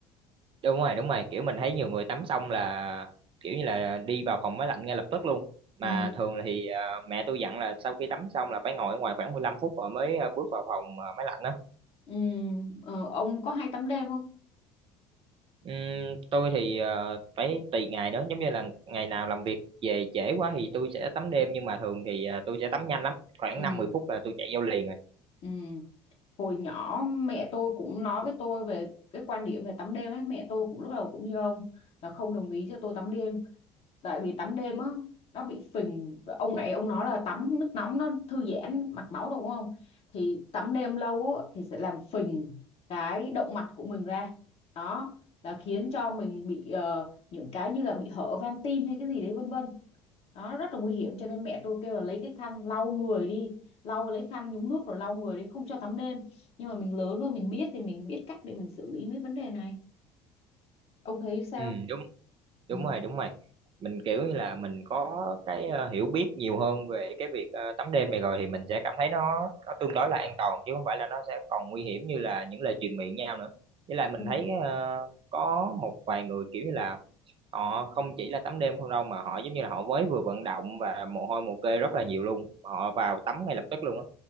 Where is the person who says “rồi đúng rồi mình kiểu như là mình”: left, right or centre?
Right